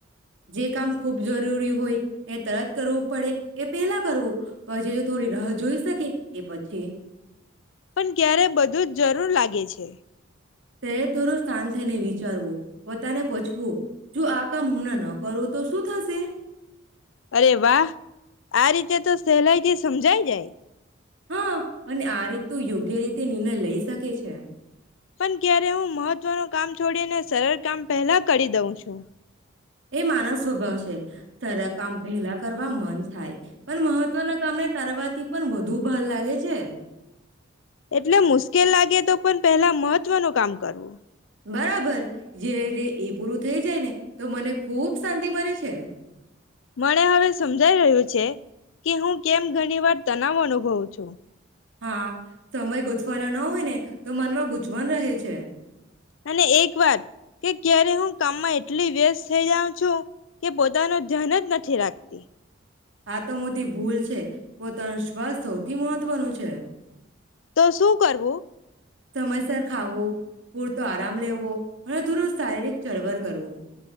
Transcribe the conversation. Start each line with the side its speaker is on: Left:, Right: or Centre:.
Right: જે કામ ખૂબ જોર ઉરી હોય. એ તરત કરવું પડે એ પેલા કરવું પછી જો થોડી રાહ જોઈ. શકે એ પછી.
Left: પણ ક્યારે બધું જ જરૂર લાગે છે.
Right: તે થોડું શાંત થઈ ને વિચારવું. પોતાને પૂછવું જો આ કામ હમણાં ન કરું તો શું થશે.
Left: અરે વાહ આ રીતે તો સહેલાઈથી સમજાય જાય.
Right: હા અને આ રીત તો યોગ્ય રીતે નિર્ણય લઈ શકે છે.
Left: પણ ક્યારે હું મહત્વનું કામ છોડીને સરળ કામ પહેલા કરી દઉં છું.
Right: એ માના સ્વભાવ છે તાર કામ પહેલા કરવા મન થાય. પણ મહત્વના કામને તારવાથી પણ વધુ ભાર લાગે છે.
Left: એટલે મુશ્કેલ લાગે તો પણ પેલા મહત્વનું કામ કરવું.
Right: બરાબર જય્યારે એ પૂરું થઈ જાય ને તો મને ખુબ શાંતિ મરે છે.
Left: મને હવે સમજાઈ રહ્યું છે કે હું કેમ ઘણી વાર તનાવ અનુભવું છું.
Right: હા. સમય ગોથ ફળ ન હોય ને તો મનમાં ગૂચવાન રહે છે.
Left: અને એક વાત કે ક્યારે હું કામમાં એટલી વ્યસ્ત થઈ જાઉં છું, કે પોતાનું ધન જ નથી રાખતી.
Right: આ તો મોથી ભૂલ છે પોતાનો શ્વાસ સૌથી મહત્વનું છે.
Left: તો શું કરવું
Right: સમયસર ખાવો. પૂરતો આરામ લેવો અને થોડું શારીરિક. ચરવર કરવો.